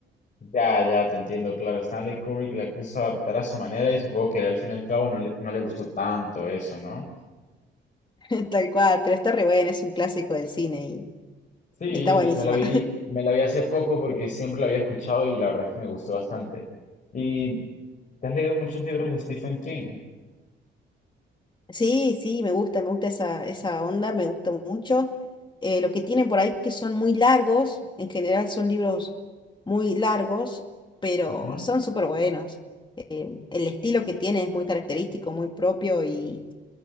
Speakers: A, on the left (about 40°); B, on the left (about 25°).
A: Ya, ya, te entiendo, claro. Stanley Kubrick la quiso adaptar a su manera y supongo que al fin y al cabo no le, no le gustó tanto eso, ¿no?
B: <laughs> tal cual, pero está re bueno, es un clásico del cine y,
A: Sí,
B: y está buenísima.
A: me, me la vi, me la vi hace poco porque siempre la había escuchado y la verdad es que me gustó bastante. ¿Y te has leído muchos libros de Stephen King?
B: Sí, sí, me gusta, me gusta esa, esa onda, me gusta mucho. Eh, lo que tienen por ahí que son muy largos, en general son libros muy largos, pero
A: Ujú.
B: son súper buenos. Eh, el estilo que tiene es muy característico, muy propio y,